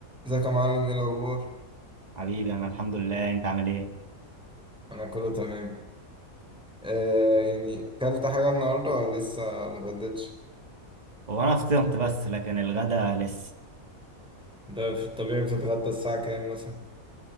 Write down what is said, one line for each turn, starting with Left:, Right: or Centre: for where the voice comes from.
Centre: ازيك يا معلم ايه الاخبار
Right: حبيبي انا الحمد لله انت عامل ايه
Centre: انا كله تمام آه يعني اكلت حاجه النهارده ولا لسه ما اتغديتش
Right: هو انا فطرت بس لكن الغدا لسه
Centre: ده في الطبيعي بتتغدى الساعه كام مثلا